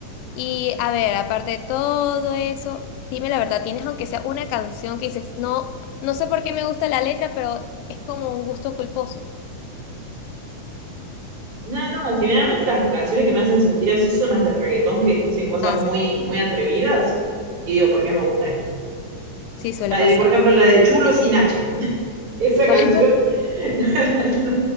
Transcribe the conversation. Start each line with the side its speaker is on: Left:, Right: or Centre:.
Left: Y a ver, aparte de todo eso, dime la verdad, ¿tienes aunque sea una canción que dices, no, no sé por qué me gusta la letra, pero es como un gusto culposo?
Right: No, no, generalmente las canciones que me hacen sentir así son las de reggaetón que dicen cosas
Left: Ah,
Right: muy,
Left: sí,
Right: muy atrevidas. Y digo, ¿por qué me gusta esto?
Left: sí, suele
Right: La de,
Left: pasar.
Right: por ejemplo, la de Chulo sin H. Esa
Left: ¿Cuál
Right: canción
Left: es esa?
Right: <laughs> no,